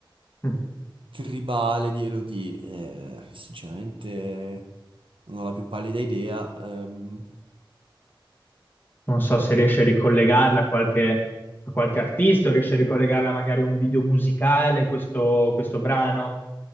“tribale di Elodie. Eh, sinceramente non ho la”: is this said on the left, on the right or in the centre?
Right